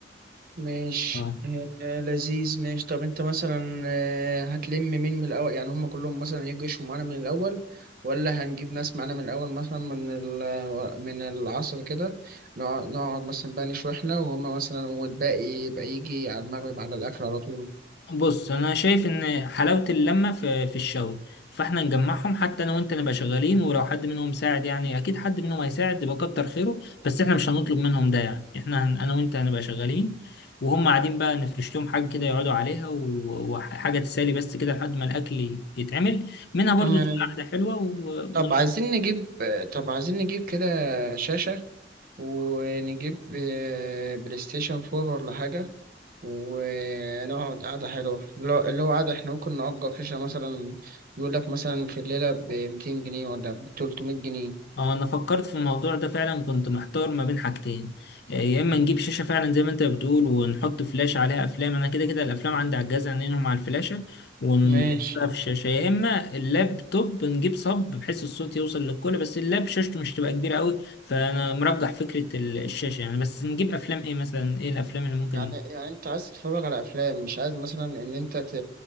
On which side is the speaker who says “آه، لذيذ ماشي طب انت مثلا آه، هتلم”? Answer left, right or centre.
Right